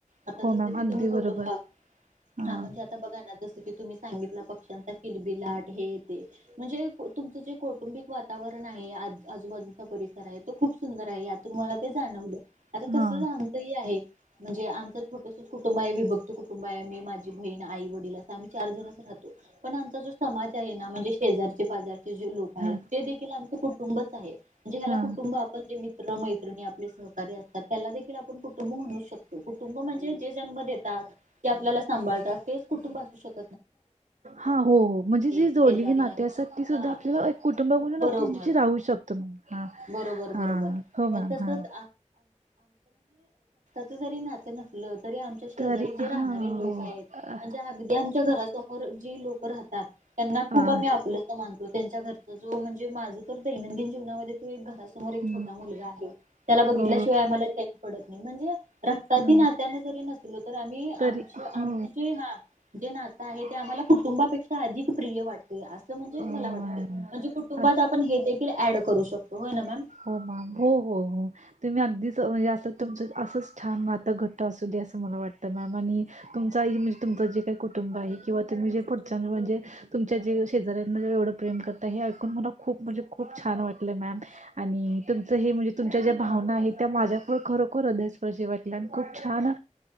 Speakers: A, on the right; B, on the right.
A: आता
B: हो
A: जस
B: मॅम
A: की तुम्ही
B: अगदी
A: कुटुंबा
B: बरोबर हा
A: हां म्हणजे आता बघा ना ज स की तुम्ही सांगितला पक्ष्यांचा किलबिलाट. हे ते म्हणजे तुमचं जे कौटुंबिक वातावरण आहे आजूबाजूचा परिसर आहे. ते खूप सुंदर आहे यातून मला ते जाणवलं आता
B: हा
A: कसं जाणतंही आहे. म्हणजे आमचं छोटसच कुटुंब आहे विभक्त कुटुंब आहे मी माझी बहीण आई वडील असं आम्ही. चार जणच राहतो पण आमचा जो समाज आहे ना म्हणजे शेजारचे पाजारचे जे लोक आहेत
B: हा
A: ते देखील आम्हाला. कुटुंबच आहेे म्हणजे ह्याला
B: हा
A: कुटुंब आपण जे मित्र मैत्रणी आपले सहकार्य असतात त्याला देखील आपण कुटुं टुंब म्हणू शकतो कुटुंब म्हणजे जे जन्म देतात ते आपल्याला सांभाळात तेच कुटुंब असू शकतो.
B: हां, ‌हो, हो म्हणजे जे
A: शेजारी
B: जोडलेली नाते
A: आहेत
B: असतात ती सुद्धा
A: हा
B: आपल्याला एक कुटुंबा बोलून
A: बरोबर
B: आपण. राहू शकतो हां
A: बरोबर बरोबर.
B: हां हो
A: मग
B: मॅम
A: तसंच
B: हां.
A: च जरी नातं नसलं. तरी आमच्या शेजारी
B: तरी
A: जे
B: हा
A: राहणारे लोक
B: हो
A: आहेत
B: अ-
A: म्हणजे अगदी आमच्या घरासमोर जी लोक राहात तात त्यांना
B: हा
A: खूप आम्ही आपलंस मानतो त्यांच्या घरचा जो म्हणजे माझं तर दैनंदिन जीवन नामध्ये तो एक घरासमोर एक
B: हम्म,
A: छोटा मुलगा आहे त्याला बघितल्याशिवाय
B: हो
A: आम्हाला चैन पडत नाही म्हणजे. रक्ताची
B: अ,
A: नात्याने जरी नसलो तर आम्ही आमच्या
B: तरी हो
A: आम जे हा जे नातं आहे ते आम्हाला. कुटुंबापेक्षा अधिक प्रिय वाटते असं म्हणजे
B: हो
A: मला वाटते
B: मॅम.
A: म्हणजे कुटुंबात आपण हे देखील ऍड. करू शकतोय ना मॅ.
B: हो मॅम हो हो हो तुम्ही अगदीच म्हणजे अस तुमच असंच छान नाहात घट्ट अस दे. असं मला वाटतं मॅम आणि तुमचा म्हणजे तुमचं जे काही कुटुंब आहे किंवा तुम्ही जे पुढच्यां म्हणजे. तुमच्या जे शेजऱ्यांनाे एवढं प्रेम करता हे ऐकून मला खूप म्हणजे खूप छान वाटलंय मॅम. आणि तुमचं हे म्हणजे तुमच्या ज्या भावना आहेत त्या माझ्याकढं खरोखर हृदयस्पर्श वाटल्या आणि खूप छान.